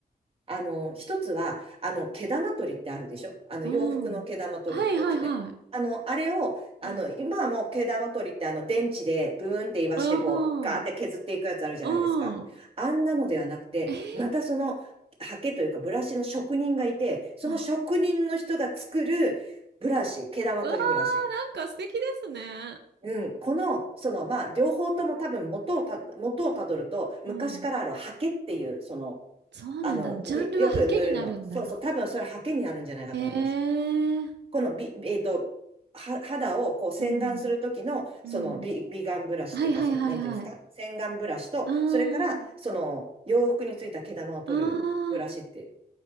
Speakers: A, on the right; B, on the right.
A: あの、一つは、あの、毛玉取りってあるでしょあの、
B: うん。
A: 洋服の毛玉取るってやつね。
B: はいはいはい。
A: あの、あれを、あの、
B: うん。
A: 今はもう毛玉取りってあの、電池でブーンって言わして、
B: う
A: こう、ガーって削っていくやつあるじゃないですか。
B: ん。うん。
A: あんなのではなくて、
B: えー、
A: またその、刷毛というかブラシの職人がいて、その職人の人が作るブラシ、
B: あ、
A: 毛玉取りブラシ。
B: うわー、なんか素敵ですね。
A: うん、この、その、まあ、両方とも多分元をた、元をたどると、昔からある刷毛っていう、
B: うん。
A: その、
B: そうなんだ。
A: あの、
B: ジャンルはハケになるんだ。
A: によく塗るの。そうそう、多分それハケになるんじゃないかと思います。
B: えー。
A: このビ、えっと、は、肌をこう洗顔する時の、
B: うん。うん。
A: そのビ、ビガンブラシっていうか、
B: はいはいはいはい。
A: その、なんていうんですか、洗顔ブラシと、
B: ああ、
A: それから、その洋服についた毛玉を取るブラシって、
B: ああ、